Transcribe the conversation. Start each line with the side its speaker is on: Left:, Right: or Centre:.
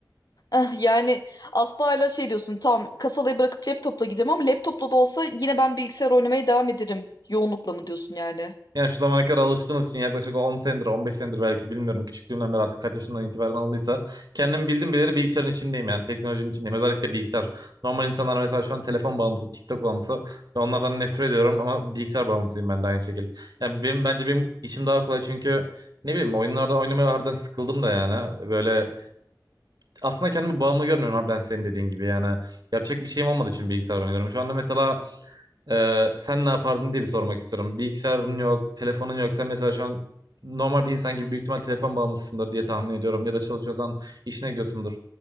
Left: Eh, yani asla hala şey diyorsun tam kasalayı bırakıp laptopla giderim ama laptopla da olsa yine ben bilgisayar oynamaya devam ederim. Yoğunlukla mı diyorsun yani?
Right: Yani şu zamana kadar alıştığımız için yaklaşık 10 senedir, 15 senedir belki bilmiyorum. Küçüklüğümden beri artık kaç yaşımdan itibaren alındıysa. Kendim bildim bileli bilgisayarın içindeyim yani teknolojinin içindeyim. Özellikle bilgisayar. Normal insanlar mesela şu an telefon bağımlısı, TikTok bağımlısı ve onlardan nefret ediyorum ama bilgisayar bağımlısıyım ben de aynı şekilde. Yani benim, bence benim işim daha kolay çünkü ne bileyim oyunlarda oynamaya harbiden sıkıldım da yani. Böyle aslında kendimi bağımlı görmüyorum harbiden senin dediğin gibi yani. Yapacak bir şeyim olmadığı için bilgisayar oynuyorum. Şu anda mesela ee, sen ne yapardın diye bir sormak istiyorum. Bilgisayarın yok, telefonun yok. Sen mesela şu an normal bir insan gibi büyük ihtimal telefon bağımlısındır diye tahmin ediyorum. Ya da çalışıyorsan işine gidiyorsundur.